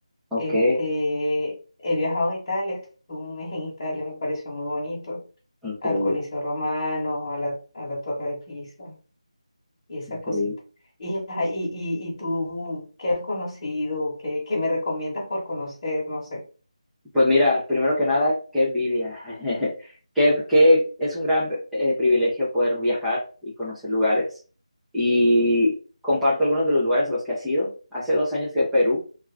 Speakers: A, in the centre; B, on the left.
A: ok,
B: Este, he viajado a Italia, estuve un mes en Italia, me pareció muy bonito,
A: increíble,
B: al Coliseo Romano, a la, a la Torre de Pisa y esas
A: increíble.
B: cositas. Y, ajá, y, y, y tú, ¿qué has conocido? ¿Qué, qué me recomiendas por conocer? No sé.
A: Pues mira, primero que nada, qué envidia. <laughs> Que, que es un gran eh, privilegio poder viajar y conocer lugares. Y comparto algunos de los lugares a los que has ido. Hace dos años fui a Perú,